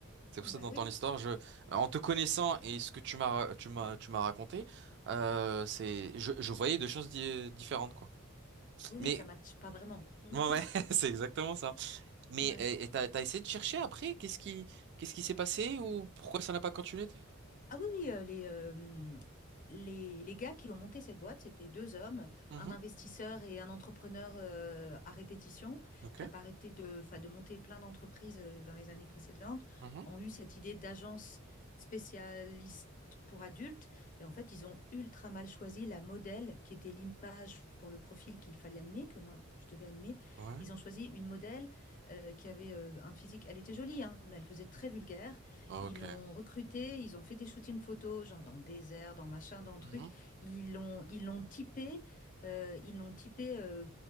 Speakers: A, on the right (about 50°); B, on the left (about 35°).
A: C'est pour
B: Bah
A: ça que dans
B: oui.
A: ton histoire, je, euh, en te connaissant et ce que tu m'as, tu m'as, tu m'as raconté, euh, c'est, je, je voyais deux choses di- différentes, quoi.
B: Oui,
A: Mais
B: oui, ça matche pas vraiment. <laughs>
A: ouais, ouais, <laughs> c'est exactement ça. Mais
B: Ouais.
A: et, et t'as, t'as essayé de chercher après, qu'est-ce qui, qu'est-ce qui s'est passé ou pourquoi ça n'a pas continué? t'es-
B: Ah oui, oui, euh, les, euh, hum, les, les gars qui ont monté cette boîte, c'était deux hommes,
A: Mhm.
B: un investisseur et un entrepreneur euh, à répétition,
A: Ok.
B: qui a pas arrêté de, 'fin, de monter plein d'entreprises euh, dans les années précédentes,
A: Mhm.
B: ont eu cette idée d'agence spécialiste pour adultes. Et en fait, ils ont ultra mal choisi la modèle, qui était l'image pour le profil qu'il fallait animer, que moi, je devais animer.
A: Ouais.
B: Ils ont choisi une modèle euh, qui avait euh, un physique, elle était jolie, hein, mais elle faisait très vulgaire.
A: Ok.
B: Ils l'ont recruté, ils ont fait des shootings photos, genre dans le désert, dans machin, dans
A: Mhm.
B: truc. Ils l'ont, ils l'ont typé, euh, ils l'ont typé euh,